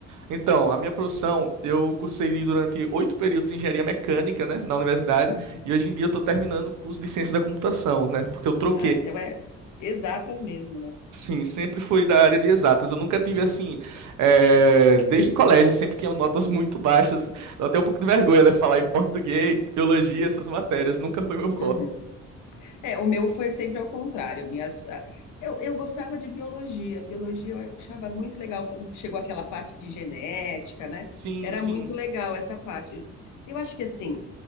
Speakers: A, on the right; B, on the left.
A: Então, a minha profissão, eu cursei durante oito períodos de engenharia mecânica, né, na universidade.
B: Uhum.
A: E hoje em dia eu estou terminando o curso de ciência da computação, né? Porque eu troquei
B: Ah, então é exatas mesmo, né?
A: Sim, sempre fui da área de exatas. Eu nunca tive assim, eh, desde o colégio, sempre tinha notas muito baixas. Dá até um pouco de vergonha, né? Falar em português, biologia, essas matérias. Nunca foi meu forte.
B: Uhum. É, o meu foi sempre ao contrário. Minhas, ah, eu, eu gostava de biologia. Biologia eu achava muito legal quando chegou aquela parte de genética, né?
A: Sim,
B: Era
A: sim,
B: muito legal essa parte. Eu, eu acho que assim,